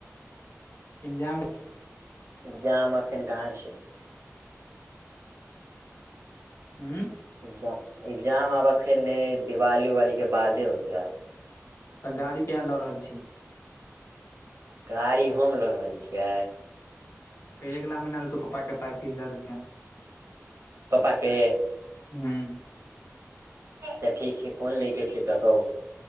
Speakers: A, on the left; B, on the right.
A: एग्जाम
B: एग्जाम एखन कहाँ छय।
A: हू
B: एग्जाम - एग्जाम आब अखन नहि दिवाली उवालीके बादे होतै आब
A: तऽ गाड़ी किया लऽ रहल छी।
B: गाड़ी हम लऽ रहल छियै।
A: कही अगला महिना दे तू पप्पा के पाय तीस हजार रुैपआ
B: पप्पा के
A: हँ
B: तऽ ठीक है कोन लै के छै, तऽ कहू